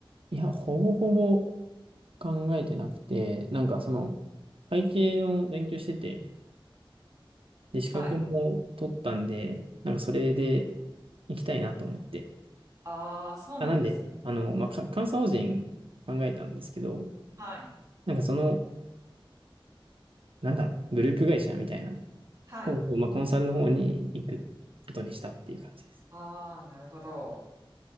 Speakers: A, on the right; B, on the right.
A: いや、ほぼほぼ考えてなくて、なんかその、会計の勉強してて、で、資格も取ったんで、
B: はい。
A: なんかそれで行きたいなと思って。
B: ああ、そうなんですね。
A: あ、なんで、あの、まあ、か、監査法人考えたんですけど、
B: はい。
A: なんかその、なんだろう、グループ会社みたいな
B: はい。
A: を、まあ、コンサルの方に行くことにしたっていう感じです。
B: ああ、なるほど。